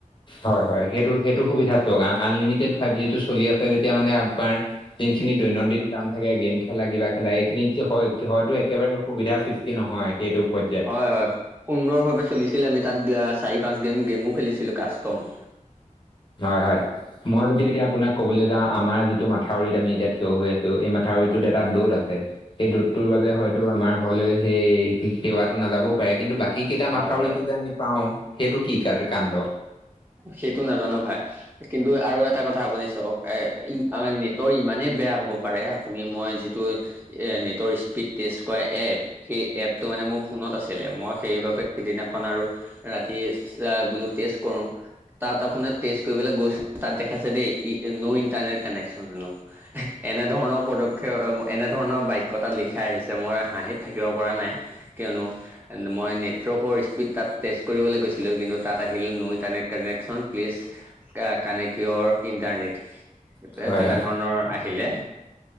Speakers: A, on the left (about 35°); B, on the right (about 15°).
A: হয় হয়, সেইটো সেইটো সুবিধা চওক আনলিমিটেড ফাইভ জিটো চলি আছে যেতিয়া মানে আপোনাৰ - যিনখিনি দৈনন্দিন কাম থাকে গেম খেলা কিবা খেলা এইখিনিত যে হয় - হয়তো একেবাৰে অসুবিধাৰ সৃষ্টি নহয় সেইটো পই
B: হয় হয়, সুন্দৰভাৱে চলিছিলে আমি তাত অ', চাৰি পাঁচ গেম গেমো খেলিছিলোঁ কাষ্টম।
A: হয় হয়। মই যদি এতিয়া আপোনাক ক'বলে যাওঁ আমাৰ যিটো মাথাউৰিত আমি এতিয়া থিয় হৈ আছোঁ এই মাথাউৰিটোত এটা দূত আছে। এই দূতটোৰ বাবে হয়তো আমাৰ ঘৰলৈ সেই সেৱাটো নাযাবও পাৰে, কিন্তু বা সেই কেইটা
B: হয়
A: মাথাউৰিটো
B: হয়
A: যে আমি পাওঁ সেইটো কি কাৰ কাণ্ড',
B: সেইটো নাজানোঁ ভাই', কিন্তু আৰু এটা কথা আপুনি চাওঁক এ', ই', অ', নেটৱৰ্ক ইমানেই বেয়া হ'ব পাৰে', আপুনি মই যিটো এ নেটৰ স্পীড টেষ্ট কৰা এপ সেই এপটো মানে মোৰ ফোনত আছিলে মই সেইবাবে', সিদিনাখন আৰু ৰাতি <unintelligible> বুলি টেষ্ট কৰোঁ', তাত আপোনাৰ টেষ্ট কৰিবলৈ গৈছোঁ, তাত দেখাইছে দেই ই', নো ইণ্টাৰনেট কানেকচন ললোঁ হিঃ এনেধৰণৰ পদক্ষেপ অ ম', এনেধৰণৰ বাক্য তাত লিখা আহিছে মই হাঁহিত থাকিব পৰা নাই। কিয়নো মই নেটৱৰ্কৰ স্পীড তাত টেষ্ট কৰিবলৈ গৈছিলোঁ কিন্তু তাত', আহিল নো connect connection please connect your internet', সেইটোৱে
A: হয়
B: তেনেধৰণৰ
A: হয়
B: আহিলে